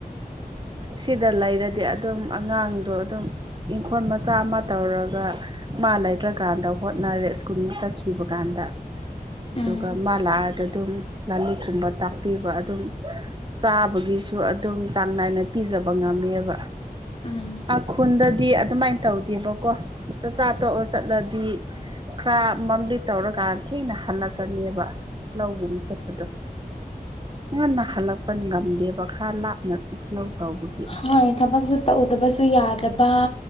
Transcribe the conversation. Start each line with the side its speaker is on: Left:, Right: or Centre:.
Right: ꯁꯤꯗ ꯂꯩꯔꯗꯤ ꯑꯗꯨꯝ ꯑꯉꯥꯡꯗꯣ ꯑꯗꯨꯝ ꯏꯪꯈꯣꯜ ꯃꯆꯥ ꯑꯃ ꯇꯧꯔꯒ ꯃꯥ ꯂꯩꯗ꯭ꯔꯀꯥꯟꯗ ꯍꯣꯠꯅꯔꯦ ꯁ꯭ꯀꯨꯜ ꯆꯠꯈꯤꯕ ꯀꯥꯟꯗ ꯑꯗꯨꯒ
Left: ꯎꯝ
Right: ꯃꯥ ꯂꯥꯛꯑꯗ ꯑꯗꯨꯝ ꯀꯨꯝꯕ ꯇꯥꯛꯄꯤꯕ ꯑꯗꯨꯝ ꯆꯥꯕꯒꯤꯁꯨ ꯑꯗꯨꯝ ꯆꯥꯡ ꯅꯥꯏꯅ ꯄꯤꯖꯕ ꯉꯝꯃꯦꯕ
Left: ꯎꯝ
Right: ꯈꯨꯟꯗꯗꯤ ꯑꯗꯨꯃꯥꯏꯅ ꯇꯧꯗꯦꯕꯀꯣ ꯆꯥꯛ ꯇꯣꯛꯑ ꯆꯠꯂꯗꯤ ꯈꯔ ꯃꯝꯂꯤ ꯇꯧꯔꯀꯥꯟ ꯊꯦꯡꯅ ꯍꯜꯂꯛꯀꯅꯦꯕ ꯂꯧꯒꯨꯝ ꯆꯠꯄꯗꯣ ꯉꯟꯅ ꯍꯜꯂꯛꯄ ꯉꯝꯗꯦꯕ ꯈꯔ ꯂꯥꯞꯅ ꯂꯧ ꯇꯧꯕꯒꯤ
Left: ꯍꯣꯏ ꯊꯕꯛꯁꯨ ꯇꯧꯗꯕꯁꯨ ꯌꯥꯗꯕ